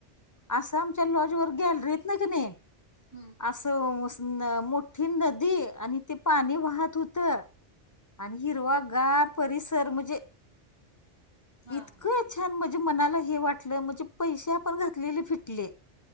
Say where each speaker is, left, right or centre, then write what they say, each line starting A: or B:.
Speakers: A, on the left (about 20°); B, on the left (about 55°).
A: असं आमच्या लॉज वर ग्यालरीत कणी.
B: हम्म
A: असं मोठी नदी आणि ते, पाणी वाहत होत. आणि हिरवा गार परिसर म्हणजे.
B: हा
A: इतकं
B: हा
A: छान म्हणजे मनाला हे वाटलं, म्हणजे पैसे आपण घातलेले फिटले.